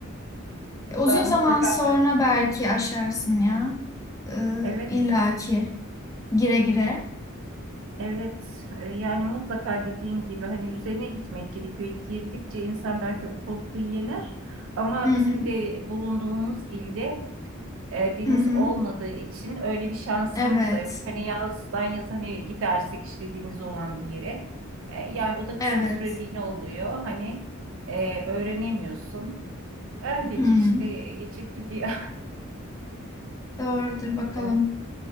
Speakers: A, on the right (about 65°); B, on the left (about 15°).
A: <laughs>
B: E, Uzun
A: da
B: zaman
A: mutlaka
B: sonra
A: vardır.
B: belki aşarsın ya. Ee,
A: Evet.
B: illaki gire gire.
A: Evet, e, yani mutlaka dediğin gibi hani üzerine gitmek gerekiyor. Girdikçe insan belki o korkuyu yener ama
B: Hı hı.
A: bizim de bulunduğumuz ilde e, deniz
B: Hı hı.
A: olmadığı için öyle bir şansımız
B: Evet.
A: da yok. Hani yazdan yaz hani gidersek işte deniz olan bir yere E, yani o da kısa
B: Evet.
A: süreliğine oluyor. Hani e, öğrenemiyorsun. Öylece
B: Hı.
A: işte e, geçip gidiyor.
B: Doğrudur bakalım.
A: <laughs>